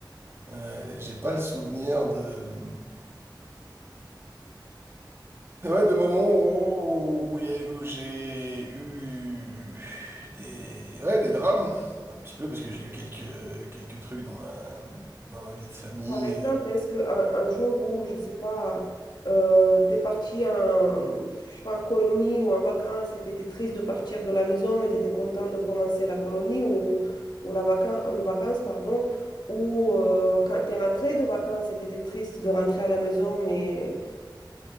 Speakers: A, on the right (about 30°); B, on the left (about 65°).
A: Euh, j'ai pas le souvenir de... <laughs> Ouais, de moments où, où, il y a- où j'ai eu des, ouais, des drames, un petit peu, parce que j'ai eu quelques, quelques trucs dans ma, dans ma vie de famille,
B: par exemple,
A: euh,
B: est-ce qu'un un un jour où, je sais pas, euh, t'es parti en, je sais pas, en colonie ou en vacances et t'étais triste de partir de la maison, mais t'étais content de commencer la colonie ou, ou la vacan le vacances, pardon, ou euh, quand t'es rentré de vacances et t'étais triste de rentrer à la maison, mais